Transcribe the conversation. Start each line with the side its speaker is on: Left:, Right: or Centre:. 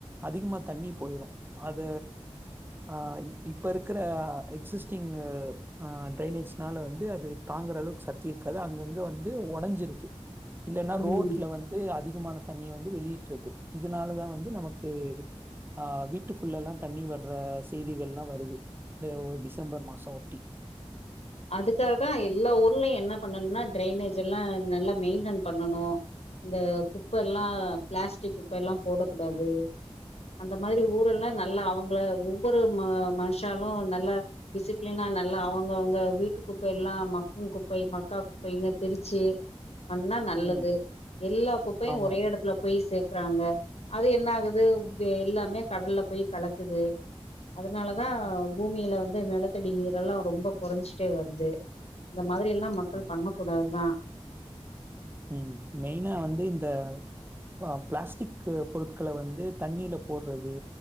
Right: அதிகமா தண்ணி போயிரு அத ஆ இப்ப இருக்கிற எக்ஸிஸ்டிங் ஆ டிரைனேஜ்னால வந்து அது தாங்குற அளவுக்கு சத்தி இருக்காது அங்கங்க வந்து ஒடைஞ்சிருது இல்லன்னா
Left: ம்
Right: ரோட்ல வந்து அதிகமான தண்ணிய வந்து வெளியிட் டுருது இதனாலதா வந்து நமக்கு இது ஆ வீட்டுக்குள்ளல்லா தண்ணி வர்ற செய்திகள்லா வருது இந்த டிசம்பர் மாசம் ஒட்டி
Left: அதுக்காகதா எல்லா ஊர்லயு என்ன பண்ணனும்னா டிரைனேஜ் எல்லா நல்லா மெயின்டென் பண்ணனு இந்த குப்ப எல்லா பிளாஸ்டிக் குப்ப எல்லா போடக்கூடாது அந்த மாதிரி ஊர் எல்லா நல்லா அவுங்கள ஒவ்வொரு மனுஷாலு நல்ல டிசிப்ளினா நல்லா அவுங்க அவுங்க வீட்டு குப்பை எல்லா மக்கும் குப்பை மக்கா குப்பைன்னு பிரிச்சு பண்ணா நல்லது
Right: ம்
Left: எல்லா குப்பையு
Right: ஆமா
Left: ஒரே எடத் துல போய் சேக்கறாங்க அது என்ன ஆகுது எல்லாமே கடல்ல போய் கலக்குது அதனாலதா பூமியில வந்து நிலத்தடி நீரெல்லா ரொம்ப கொறஞ்சி ட்டே வருது இந்த மாதிரி எல்லா மக்கள்
Right: ம்.
Left: பண்ணக்கூடாதுதா
Right: ம் மெயினா வந்து இந்த அ பிளாஸ்டிக் பொருட் கள வந்து தண்ணியில போட்றது